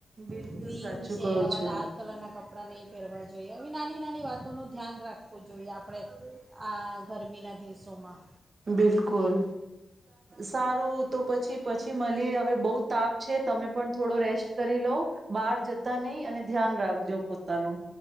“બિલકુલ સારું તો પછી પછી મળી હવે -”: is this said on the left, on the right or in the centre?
Right